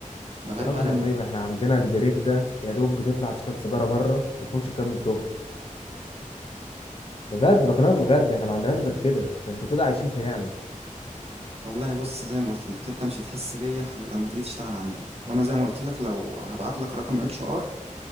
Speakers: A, on the right; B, on the left.
A: ده غير
B: يا راجل
A: بقى لما
B: يا طيب احنا عندنا البريك ده يا دوب بتطلع تشرب سيجاره بره وتخش تكمل شغل بجد بكلمك بجد احنا ما عندناش غير كده ده انتوا كده عايشين في نعمه
A: والله بص زي ما قلت لك انت مش هتحس بيا غير لما تيجي تشتغل عندنا وانا زي ما قلت لك لو هبعت لك رقم اتش ار